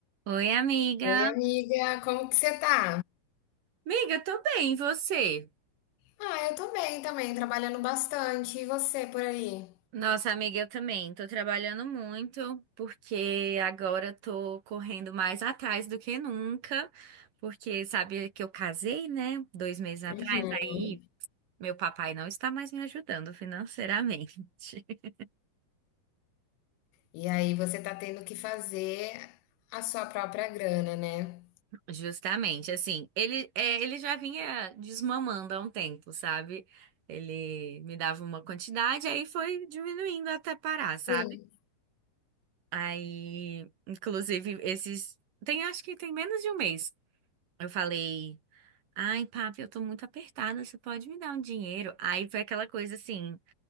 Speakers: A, on the right; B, on the left.
A: Oi, amiga.
B: Oi, amiga, como que você tá?
A: Amiga, tô bem, e você?
B: Ah, eu tô bem também, trabalhando bastante. E você por aí?
A: Nossa, amiga, eu também. Tô trabalhando muito, porque agora tô correndo mais atrás do que nunca, porque sabe que eu casei, né? Dois meses atrás,
B: Uhum.
A: aí meu papai não está mais me ajudando financeiramente. <laughs>
B: E aí você tá tendo que fazer a sua própria grana, né?
A: Justamente, assim, ele, é, ele já vinha desmamando há um tempo, sabe? Ele me dava uma quantidade, aí foi diminuindo até parar, sabe?
B: Sim.
A: Aí, inclusive, esses. Tem, acho que tem menos de um mês. Eu falei, ai, papi, eu tô muito apertada, você pode me dar um dinheiro? Aí foi aquela coisa assim,